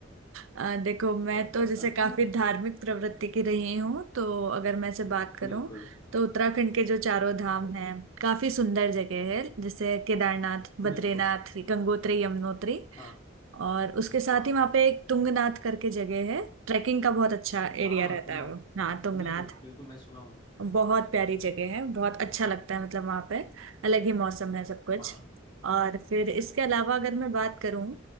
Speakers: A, on the right (about 80°); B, on the left (about 25°).
A: आ, देखो मैं
B: <laughs>
A: तो जैसे काफी धार्मिक प्रवृत्ति की रही हूँ तो अगर मैं से बात करूँ
B: बिल्कुल
A: तो उत्तराखंड के जो चारों धाम हैं काफी सुंदर जगह है जैसे केदारनाथ
B: बिल्कुल
A: बद्रीनाथ गंगोत्री यमुनोत्री
B: हाँ
A: और उसके साथ
B: वाह
A: ही
B: वाह
A: वहाँ पे एक तुंगनाथ करके जगह है ट्रैकिंग का बहुत अच्छा एरिया
B: हाँ हाँ
A: रहता
B: सुना
A: है
B: हूँ
A: वो हाँ तुंगनाथ
B: बिल्कुल बिल्कुल मैं सुना हूँ
A: बहुत प्यारी जगह है बहुत अच्छा लगता है मतलब वहां पे अलग ही मौसम है सब कुछ
B: हाँ
A: और फिर इसके अलावा अगर मैं बात करूं